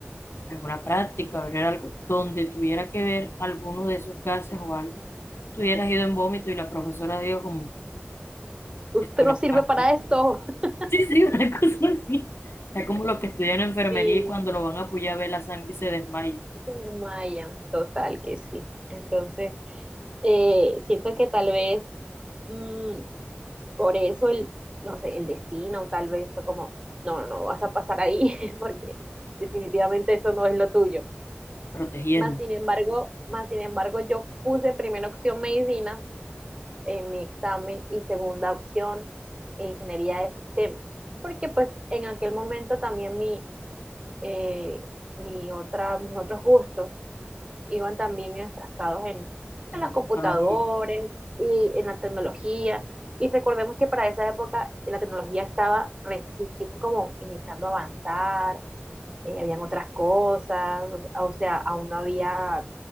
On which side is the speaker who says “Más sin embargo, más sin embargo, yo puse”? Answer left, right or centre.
Right